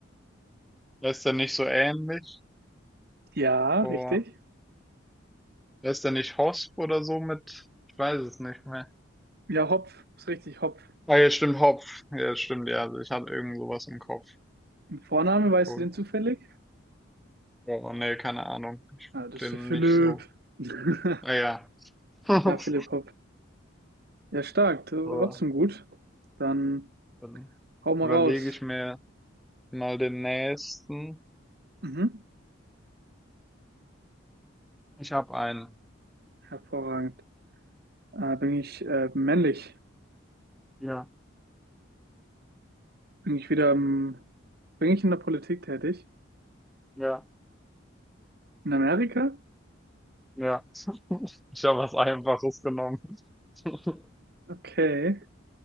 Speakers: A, in the centre; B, on the right (about 50°).
A: Der ist der nicht so ähnlich?
B: Ja,
A: Boah,
B: richtig.
A: der ist der nicht Hosp oder so mit? Ich weiß es nicht mehr.
B: Ja, Hopf, ist richtig, Hopf.
A: Ah, ja, stimmt, Hopf. Ja, stimmt, ja, also ich hatte irgend sowas im Kopf.
B: Und Vorname, weißt
A: Gut.
B: du den zufällig?
A: Boah, nee, keine Ahnung. Ich
B: Ja,
A: find
B: das
A: den
B: ist der Philipp.
A: nicht so.
B: <laughs>
A: Ah ja. <laughs>
B: Ja, Philipp Hopf. Ja, stark, trotzdem
A: Boah,
B: gut. Dann
A: dann
B: hau mal
A: überlege
B: raus.
A: ich mir mal den nächsten.
B: Mhm.
A: Ich habe einen.
B: Hervorragend. Äh, bin ich äh, männlich?
A: Ja,
B: Bin ich wieder im, bin ich in der Politik tätig?
A: ja,
B: In Amerika?
A: ja. <laughs> Ich habe was Einfaches genommen. <laughs>
B: Okay.